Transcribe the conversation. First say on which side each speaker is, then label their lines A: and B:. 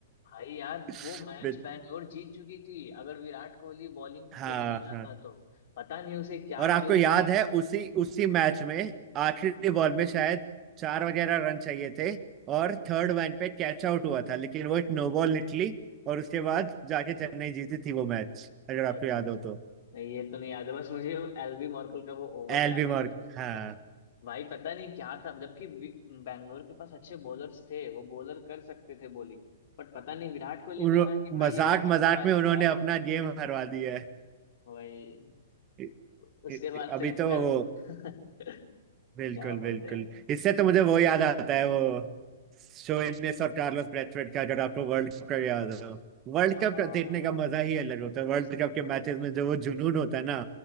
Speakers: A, on the left (about 50°); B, on the right (about 30°).
A: भाई यार
B: <laughs>
A: वो मैच
B: बि-
A: बैंगलोर जीत चुकी थी अगर विराट कोहली बॉलिंग
B: हाँ
A: पे नहीं
B: हाँ
A: आता तो पता नहीं उसे क्या
B: और आपको
A: चूलता
B: याद है उसी उसी मैच में आखिरी
A: हम्म,
B: बॉल में शायद चार वगैरह रन चाहिए थे और थर्ड मैन पे कैच आउट हुआ था लेकिन वो एक नो बॉल निकली और उसके बाद जाके चेन्नई जीती थी वो मैच अगर
A: अच्छा
B: आपको याद
A: अच्छा
B: हो तो
A: नहीं ये तो नहीं याद है बस मुझे एलबी मॉर्कल का वो ओवर
B: एल
A: याद
B: बी मार्क
A: है
B: हाँ
A: <laughs> भाई पता नहीं क्या था जबकि वि- बैंगलोर के पास अच्छे बॉलर्स थे वो बॉलर कर सकते थे बॉलिंग बट पता नहीं विराट कोहली
B: उन्हों-
A: को लगा कि भाई
B: मजाक
A: ये क्या
B: मजाक
A: ही मारेगा
B: में उन्होंने अपना गेम हरवा दिया है
A: वही
B: इ-
A: उसके
B: इ-
A: बाद
B: अभी
A: से
B: तो
A: एल्बम
B: वो
A: <laughs> क्या
B: बिल्कुल
A: बोलते
B: बिल्कुल
A: हैं
B: इससे तो मुझे वो याद आता है वो शो इनेस और कार्लोस ब्रैथवेट का अगर आपको वर्ल्ड कप का याद हो वर्ल्ड
A: हाँ
B: कप देखने का मजा ही अलग होता है वर्ल्ड कप के
A: वही
B: मैचेस
A: वही
B: में जो वो जुनून होता है ना